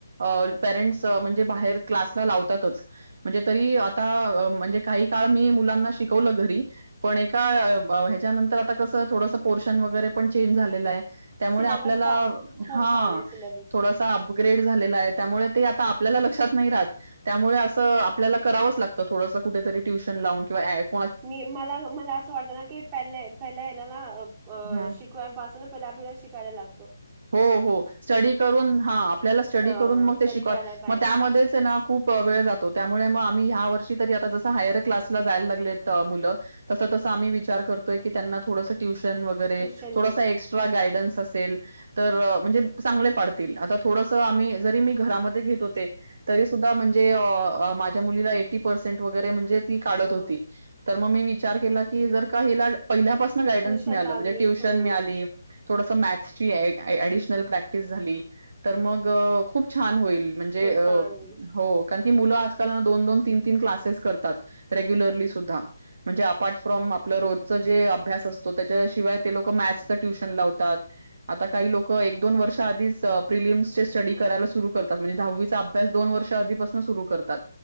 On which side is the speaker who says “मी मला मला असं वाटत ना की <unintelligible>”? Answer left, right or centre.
Right